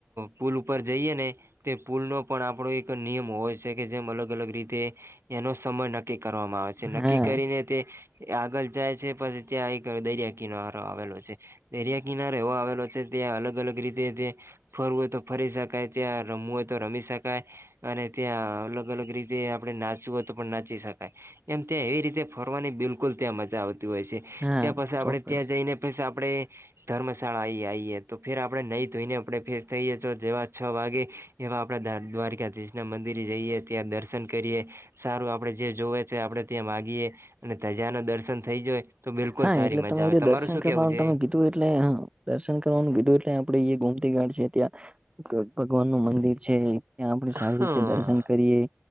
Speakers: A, on the right (about 80°); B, on the right (about 25°).
A: પુલ ઉપર જઈએ ને તે પુલનો પણ આપણો એક નિયમ હોય છે કે જેમ અલગ અલગ રીતે એનો સમય નક્કી કરવામાં આવે છે નક્કી
B: હા
A: કરીને તે આગળ જાય છે પછી ત્યાં એક દરિયા કિનારો આવેલો છે. દરિયા કિનારે એવો આવેલો છે ત્યાં અલગ અલગ રીતે તે ફરવું હોય તો ફરી શકાય ત્યાં રમવું હોય તો રમી શકાય. અને ત્યાં અલગ અલગ રીતે આપડણે નાચવું હોય તો પણ નાચી શકાય એમ ત્યાં એવી રીતે ફ કરવાની બિલકુલ ત્યાં મજા આવતી હોય છે
B: હા
A: ત્યાં પછી આપડણે
B: ચોક્કસ
A: ત્યાં જઈને પી આપણે ધર્મશાળા આ આએે તો ફેર આપડણે નહી ધોઈને આપણે ફેસ થઈએ તો જેવા છ વાગે એવા આપણા દ્વારકાધીશના મંદિરે જઈએ ત્યાં દર્શન કરીએ સારું આપડે જે જોવે છે આપડણે ત્યાં માગીએે અને ધજા ન દર્શન થઈ જય. તો બિલકુલ
B: હા
A: સારી
B: એટલે
A: મજા
B: તમે
A: આવે
B: એ રહ્યું
A: તમાર
B: દર્શન
A: શું
B: કરવાનું
A: કેવું છે.
B: તમે કીધું એટલે આમ દર્શન કરવાનું કીધું એટલે આપડે એ ગુમતી ગાડ છે ત્યાં ભગવાન નું મંદિર છે ત્યાં આપડે સારી
A: હા
B: રીતે દર્શન કરીયએ.